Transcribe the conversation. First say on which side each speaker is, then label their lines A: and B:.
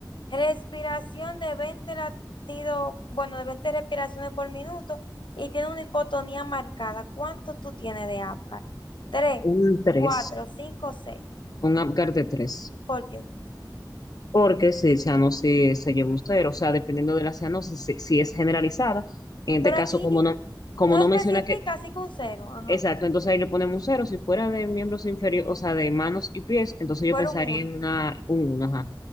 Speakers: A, on the left; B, on the left.
A: Respiración de 20 latidos, bueno, de 20 respiraciones por minuto y tiene una hipotonía marcada. ¿Cuánto tú tienes de apgar? 3,
B: un tres,
A: 4, 5, 6.
B: un Apgar de tres,
A: ¿Por qué?
B: Porque si cianosis se lleva un cero, o sea, dependiendo de la cianosis, si, si es generalizada, en este
A: Pero
B: caso,
A: aquí
B: como no, como
A: no
B: no
A: especifica,
B: menciona que,
A: así que un cero. Ajá.
B: exacto, entonces ahí le ponemos un cero. Si fuera de miembros inferiores, o sea, de manos y pies, entonces yo
A: Fueron
B: pensaría
A: uno.
B: en una, un 1, ajá.